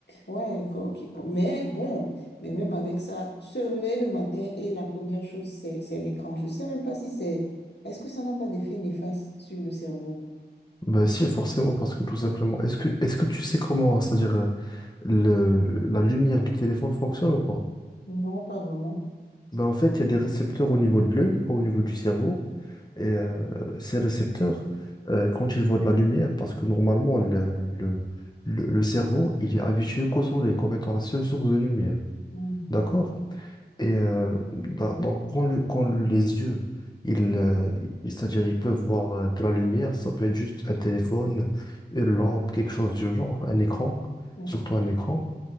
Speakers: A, on the left; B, on the left.
A: Ouais, co- qui- co- mais bon, mais même avec ça, se réveiller le matin et la première chose, c'est, c'est l'écran. Je ne sais même pas si c'est... Est-ce que ça n'a pas d'effet néfaste sur le cerveau?
B: Bah si, forcément, parce que tout simplement, est-ce que est-ce que tu sais comment, c'est-à-dire euh, le, la lumière du téléphone fonctionne ou pas?
A: Non, pas vraiment.
B: Ben en fait, il y a des récepteurs au niveau de l'œil, au niveau du cerveau. Et euh, ces récepteurs, euh, quand ils voient de la lumière, parce que normalement, le, le, le, le cerveau, il est habitué qu'au soleil comme étant la seule source de lumière.
A: Mm.
B: D'accord? Et euh, da- donc, quand, le- quand les yeux, ils, euh, ils- c'est-à-dire ils peuvent voir euh, de la lumière, ça peut être juste un téléphone, une lampe, quelque chose du genre, un écran,
A: Mm.
B: surtout un écran.